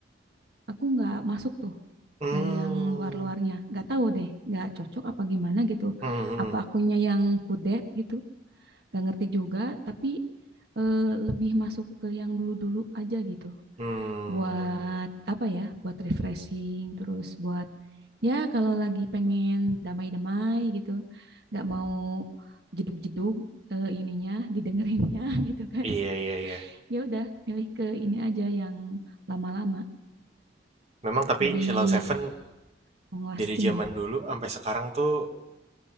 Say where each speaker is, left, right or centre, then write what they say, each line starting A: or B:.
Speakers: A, on the right; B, on the right.
A: aku nggak masuk tuh
B: Hmm,
A: dari yang luar-luarnya nggak tahu deh nggak cocok apa gimana gitu
B: hmm, hmm,
A: apa akunya yang kudet gitu nggak ngerti juga tapi eh, lebih masuk ke yang dulu-dulu aja gitu
B: hmm.
A: buat apa ya buat refreshing terus buat ya kalau lagi pengen damai-damai gitu nggak mau jeduk-jeduk eh, ininya didengerinnya <laughs> gitu kan
B: Iya, iya, iya.
A: ya udah milih ke ini aja yang lama-lama
B: Memang tapi
A: lebih
B: Sheila Seven
A: long lasting.
B: dari zaman dulu sampai sekarang tuh